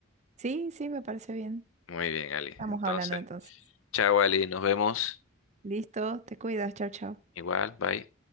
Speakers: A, on the right; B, on the left.
A: Sí, sí, me parece bien.
B: Muy bien, Ali.
A: Estamos
B: Entonces,
A: hablando entonces.
B: chao, Ali, nos vemos.
A: Listo, te cuidas, chao, chao.
B: Igual, bye.